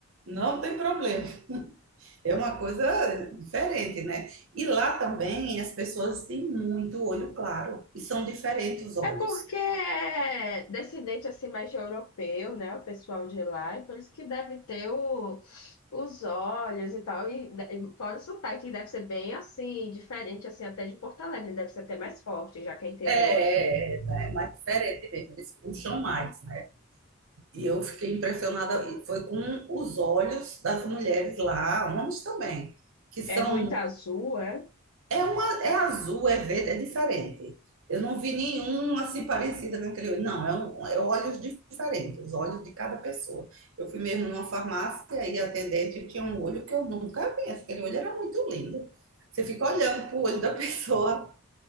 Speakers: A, on the right; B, on the left.
A: Não tem problema. É uma coisa diferente, né? E lá também as pessoas têm muito olho claro e são diferentes os olhos.
B: É porque é descendente assim mais de europeu, né? O pessoal de lá, e por isso que deve ter o, os olhos e tal. E, de- fora o sotaque, deve ser bem assim, diferente assim até de Porto Alegre, ele deve ser até mais forte, já que é interior
A: É,
B: assim.
A: é, é, é mais diferente mesmo, eles puxam mais, né? E eu fiquei impressionada, e foi com os olhos das mulheres lá, homens também, que são
B: É muito azul, é?
A: É, uma, é azul, é verde, é diferente. Eu não vi nenhum assim parecida com aquele olho. Não, é, um, é olhos diferentes, os olhos de cada pessoa. Eu fui mesmo numa farmácia e a atendente tinha um olho que eu nunca vi. Aquele olho era muito lindo. Você fica olhando pro olho da <laughs> pessoa,